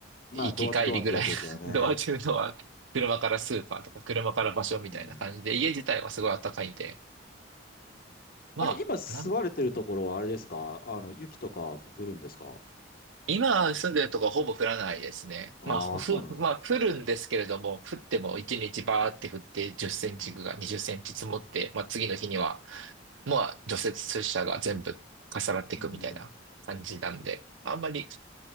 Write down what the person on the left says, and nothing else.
まあ、
ドアとドアってやつですよね。
うん。
あれ、今住まれてるところはあれですかあの、
雪とか降るんですか
ああー、
そうなんです。
うん。
うん。